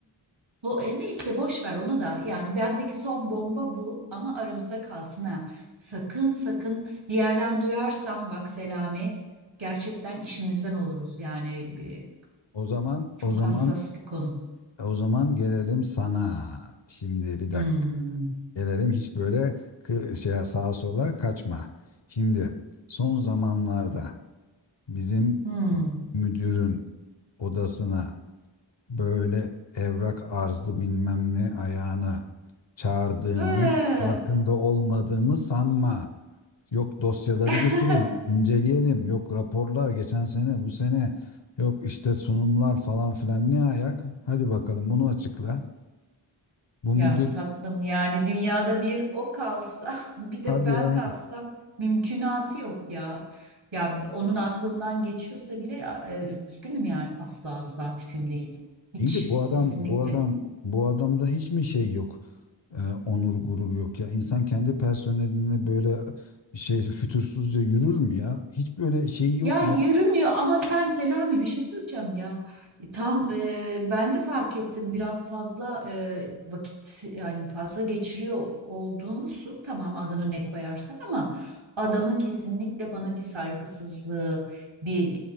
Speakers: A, on the right; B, on the left.
A: bu e, neyse boş ver onu da. Yani bendeki son bomba bu ama aramızda kalsın ha. Sakın sakın bir yerden duyarsam bak Selami gerçekten işimizden oluruz. Yani e,
B: o zaman
A: çok
B: o zaman
A: hassas bir konu.
B: o zaman gelelim sana. Şimdi bir dakika.
A: Hmm.
B: Gelelim hiç böyle kı- şey sağa sola kaçma. Şimdi son zamanlarda bizim
A: Hmm.
B: müdürün odasına böyle evrak arzı bilmem ne ayağına çağırdığını
A: Ee.
B: farkında olmadığımı sanma. Yok dosyaları
A: <laughs>
B: getirin, inceleyelim. Yok raporlar geçen sene, bu sene. Yok işte sunumlar falan filan ne ayak? Hadi bakalım bunu açıkla. Bu
A: Ya
B: müdür
A: tatlım yani dünyada bir o kalsa <laughs> bir de
B: hadi
A: ben
B: ya.
A: kalsam mümkünatı yok ya. Ya onun aklından geçiyorsa bile e, üzgünüm yani asla asla tipim değil. Hiç
B: İyi de bu adam
A: kesinlikle.
B: bu adam bu adamda hiç mi şey yok? Ee, onur gurur yok ya. İnsan kendi personeline böyle şey fütursuzca yürür mü ya? Hiç böyle şey yok
A: Ya
B: ya.
A: yürümüyor ama sen Selami bir şey söyleyeceğim ya. E, Tam e, ben de fark ettim biraz fazla e, vakit yani fazla geçiriyor olduğumuzu tamam adını ne koyarsan ama adamın kesinlikle bana bir saygısızlığı bir